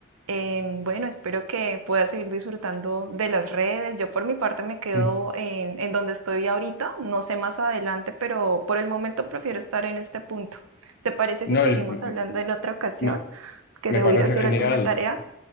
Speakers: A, on the right (about 75°); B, on the left (about 45°).
A: Em, bueno, espero que puedas seguir disfrutando de las redes. Yo por mi parte me quedo
B: Mm.
A: en, en donde estoy ahorita. No sé más adelante, pero por el momento prefiero estar en este punto. ¿Te parece si
B: No,
A: seguimos
B: yo- mm,
A: hablando en otra ocasión?
B: me,
A: Que
B: me
A: debo
B: parece
A: ir a hacer
B: genial.
A: alguna tarea.